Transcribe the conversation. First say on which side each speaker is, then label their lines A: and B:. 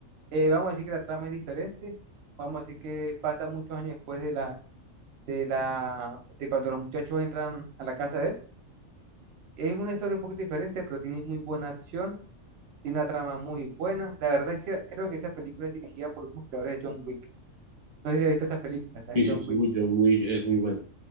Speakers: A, on the right; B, on the right.
A: eh, vamos a decir que la trama es diferente, vamos a decir que pasa muchos años después de la, de la, de cuando los muchachos entran a la casa de él. Es una historia un poquito diferente, pero tiene muy buena acción, tiene una trama muy buena. La verdad es que creo que esa película es dirigida por los mismos creadores de John Wick. No sé si has visto esa película, la de
B: Sí,
A: John
B: sí, sí,
A: Wick.
B: uy, yo, uy, es muy buena.